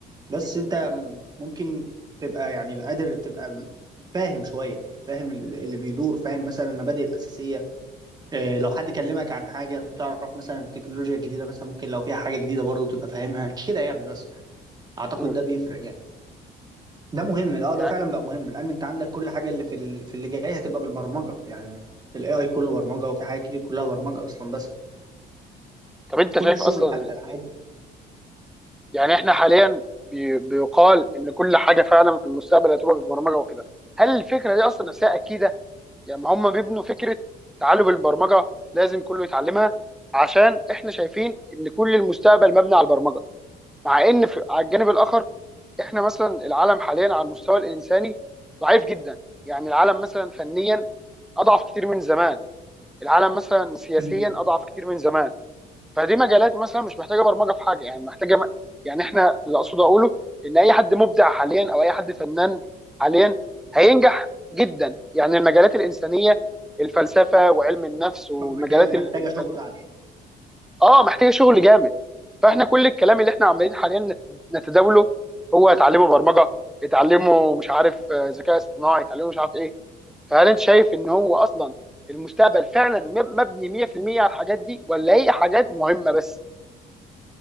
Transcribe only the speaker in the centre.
امم
يعني
طب انت
شايف
اصلا
يعني
يعني احنا حاليا بي... بيقال ان كل حاجه فعلا في المستقبل هتبقى بالبرمجه وكده هل الفكره دي اصلا نفسها اكيده يعني ما هم بيبنوا فكره تعلم البرمجه لازم كله يتعلمها عشان احنا شايفين ان كل المستقبل مبني على البرمجه مع ان في على الجانب الاخر احنا مثلا العالم حاليا على المستوى الانساني ضعيف جدا يعني العالم مثلا فنيا اضعف كتير من زمان العالم مثلا سياسيا
اضعف كتير من زمان فدي مجالات مثلا مش محتاجه برمجه في حاجه يعني محتاجه م... يعني احنا اللي اقصد اقوله ان اي حد مبدع حاليا او اي حد فنان حاليا هينجح جدا يعني المجالات الانسانيه الفلسفه وعلم النفس ومجالات
ال- الفن
اه محتاجه شغل جامد فاحنا كل الكلام اللي احنا عمالين حاليا نت- نتداوله هو اتعلموا برمجه اتعلموا مش عارف آه، ذكاء اصطناعي اتعلموا مش عارف ايه فهل انت شايف ان هو اصلا المستقبل فعلا مب- مبني 100% على الحاجات دي ولا هي حاجات مهمه بس؟